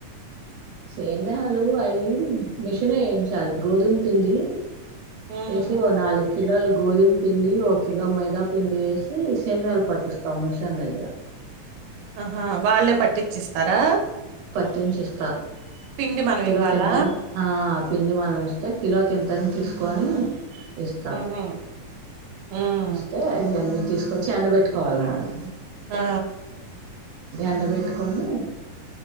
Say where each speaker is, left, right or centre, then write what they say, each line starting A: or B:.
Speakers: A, on the right (about 60°); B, on the right (about 90°).
A: సేమ్యాలు అయి మిషన్ వేయించాలి, గోధుమ పింది
B: ఉమ్
A: ఏసి ఓగ నాలుగు కిలోలు గోధుమ పిండి, ఒ కిలో మైదా పిండి వేసి సేమియాలు పట్టిస్తాము, మిషన్ దగ్గర
B: ఆహా వాళ్ళే పట్టిచ్చిస్తారా.
A: పట్టించి ఇస్తారు,
B: పిండి మనం
A: కిలోకి
B: ఇవ్వాలా
A: ఎంతన్న ఆ పిండి మనం ఇస్తే కిలోకి ఎంతని తీసుకొని ఇస్త,
B: ఉహు ఉమ్
A: ఇస్తే ఇయన్ని తీసుకొచ్చి ఎండబెట్టుకోవాలి మనం.
B: ఆ
A: ఎండబెట్టుకొని